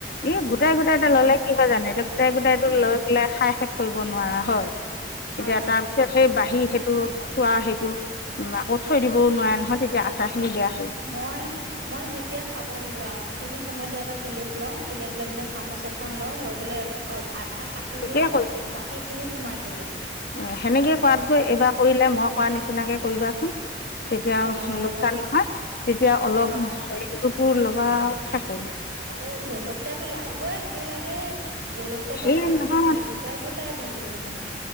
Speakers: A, on the left; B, on the right.
A: এ গোটাই গোটাই এটা ল'লে কি হয় জানে এতিয়া গোটাই গোটাইটো লৈ পেলাই খাই শেষ কৰিব নোৱাৰা হয়। এতিয়া
B: হয়
A: তাৰপিছত সেই বাহ আহি সেইটো চোৱা সেইটো উম আকৌ থৈ দিবও নোৱাৰে নহয় তেতিয়া। আচাৰখিনি বেয়া হৈ
B: মই মই যেতিয়া খাব ওলোৱাও সেইখিনি সময়তে এটা প্লেট লওঁ প্লেট লৈ পেলাই চামুচ এখন লওঁ লৈ পেলাই অ আধা কাটি
A: ঠিকেই
B: পেলে বাকী খিনি সোমাই থৈ দিওঁ।
A: উ সেনেকে কৰাতকৈ এইবাৰ কৰিলে মই কৰা নিচিনাকে কৰি কৰিবাচোন। তেতিয়া
B: অঁ হ'ব
A: লোকচান নহয়। তেতিয়া অলপ
B: অঁ
A: ক লবা আও
B: এই জলকীয়াটো লাৰিবই ভয় লাগে জলকীয়াটো
A: হেৰি
B: লাৰিম
A: নহয়
B: কেনেকে গোটাই গোটাই দি দিওঁ সেইকাৰণে।